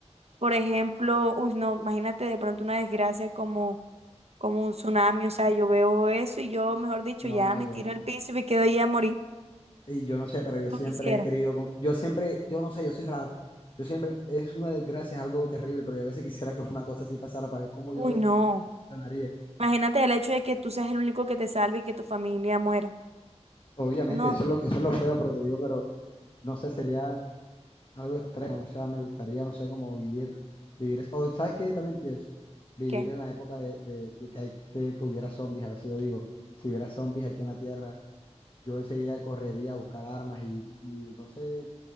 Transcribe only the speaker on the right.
Por ejemplo, uy, no, imagínate de pronto una desgracia como, como un tsunami, o sea, yo veo eso y yo, mejor dicho,
ya me
tiro al piso y me quedo ahí a morir.
tú
quisieras.
Uy,
no.
Imagínate el hecho de que tú seas el único que te salve y que tu familia muera.
No,
¿qué?